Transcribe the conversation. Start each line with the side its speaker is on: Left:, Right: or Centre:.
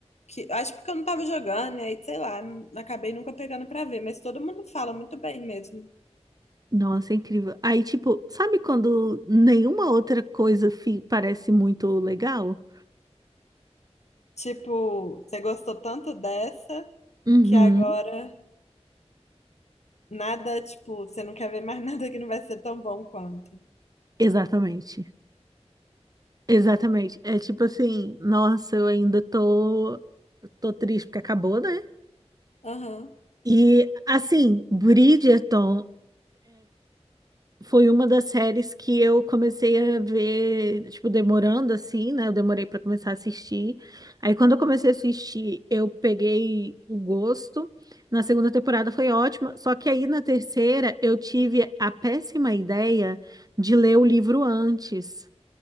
Left: que- acho porque eu não tava jogando, e aí, sei lá, não- acabei nunca pegando pra ver, mas todo mundo fala muito bem mesmo.
Right: Nossa, incrível. Aí, tipo, sabe quando nenhuma outra coisa fi- parece muito legal?
Left: Tipo, você gostou tanto dessa
Right: Uhum.
Left: que agora nada, tipo, você não quer ver mais <laughs> nada que não vai ser tão bom quanto.
Right: Exatamente. Exatamente. É tipo assim, nossa, eu ainda tô, tô triste porque acabou, né?
Left: Aham.
Right: E assim, Bridgerton foi uma das séries que eu comecei a ver, tipo, demorando assim, né? Eu demorei pra começar a assistir. Aí quando
Left: Uhum.
Right: eu comecei a assistir, eu peguei o gosto. Na segunda temporada foi ótima, só que aí na terceira eu tive a péssima ideia de ler o livro antes.